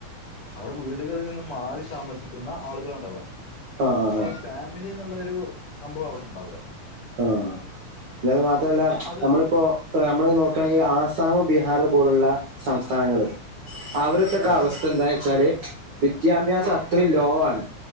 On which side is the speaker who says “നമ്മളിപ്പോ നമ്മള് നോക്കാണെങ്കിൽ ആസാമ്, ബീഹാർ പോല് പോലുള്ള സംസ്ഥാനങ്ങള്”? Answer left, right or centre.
Right